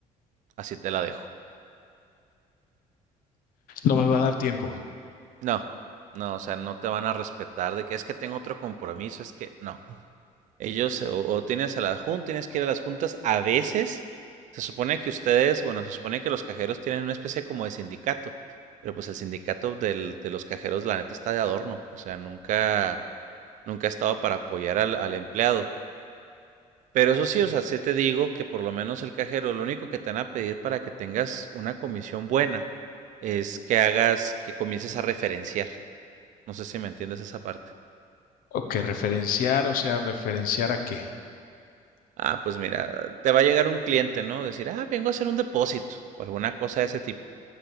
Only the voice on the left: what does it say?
No me va a dar tiempo.
Ok, referenciar, o sea, referenciar a qué.